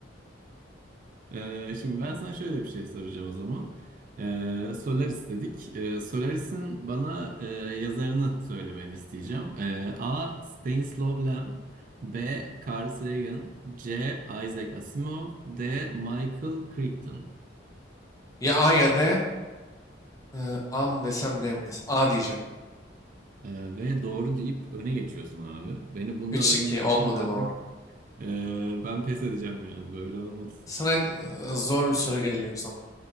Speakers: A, on the right; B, on the left.
A: Ee, şimdi ben sana şöyle bir şey soracağım o zaman. Ee, Solaris dedik. Ee, Solaris'in bana e, yazarını söylemeni isteyeceğim. Ee, A. Stanislaw Lem B. Carl Sagan C. Isaac Asimov D. Michael Crichton.
B: Ya A ya D. Ee, A mı desem D mi desem. A diyeceğim.
A: Ee, ve doğru deyip öne geçiyorsun abi. Beni bunda
B: 3-2
A: da yenersin
B: olmadı bu.
A: artık. Ee, ben pes edeceğim yani. Böyle olmaz.
B: Sana e, zor bir soru geliyor o zaman.